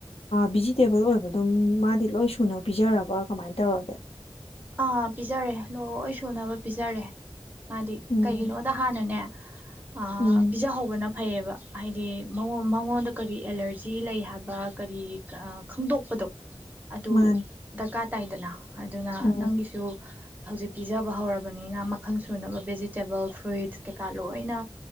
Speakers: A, on the left; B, on the right.
A: ꯚꯤꯖꯤꯇꯦꯕꯜ ꯑꯣꯏꯕ ꯑꯗꯨꯝ ꯃꯥꯗꯤ ꯂꯣꯏ ꯁꯨꯅ ꯄꯤꯖꯔꯕ ꯀꯃꯥꯏꯅ ꯇꯧꯔꯒꯦ
B: ꯑꯥ ꯄꯤꯖꯔꯦ ꯂꯣꯏ ꯁꯨꯅꯕ ꯄꯤꯖꯔꯦ ꯃꯥꯗꯤ
A: ꯎꯝ
B: ꯀꯩꯒꯤꯅꯣꯗ ꯍꯥꯟꯅꯅꯦ ꯑ
A: ꯎꯝ
B: ꯄꯤꯖꯥ ꯍꯧꯕꯅ ꯐꯩꯌꯦꯕ ꯍꯥꯏꯗꯤ ꯃꯉꯣꯟꯗ ꯀꯔꯤ ꯑꯦꯂꯔꯖꯤ ꯂꯩ ꯍꯥꯏꯕ ꯀꯔꯤ ꯈꯪꯗꯣꯛꯄꯗꯣ ꯑꯗꯨ
A: ꯃꯥꯅꯤ
B: ꯗꯀꯔ ꯇꯥꯏꯗꯅ ꯑꯗꯨꯅ
A: ꯎꯝ
B: ꯅꯪꯒꯤꯁꯨ ꯍꯧꯖꯤꯛ ꯄꯤꯖꯕ ꯍꯧꯔꯕꯅꯤꯅ ꯃꯈꯜ ꯁꯨꯅꯕ ꯚꯦꯖꯤꯇꯦꯕꯜ ꯐ꯭ꯔꯨꯏꯠꯁ ꯀꯩꯀꯥ ꯂꯣꯏꯅ